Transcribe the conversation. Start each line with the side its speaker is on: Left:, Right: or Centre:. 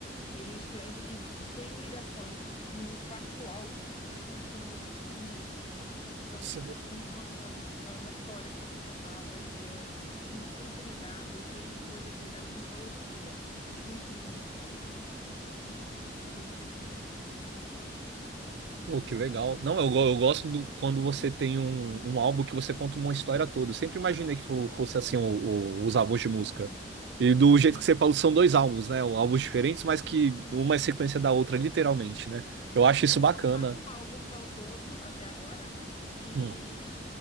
Left: Ele escreve e tem ligações no quarto álbum, que são ligações com músicas do primeiro, que são
Right: Sério.
Left: continuações, então é uma história que está sendo contada e é. um, Tudo interligado, e tem coisas ligadas com mitologias, e com química, e com. <laughs> Enfim, coisa de gente inteligente. Eu gosto muito.
Right: Pô, que legal. Não, eu, go- eu gosto do, quando você tem um, um álbum que você conta uma história toda. Eu sempre imaginei que fo- fosse assim o- o- os álbuns de música. E do jeito
Left: Sim.
Right: que você falou, são dois álbuns, né? Álbuns diferentes, mas que uma é sequência da outra, literalmente, né? Eu
Left: É,
Right: acho
Left: então,
Right: isso bacana.
Left: são quatro álbuns ao todo, até agora, né? E
Right: Hum.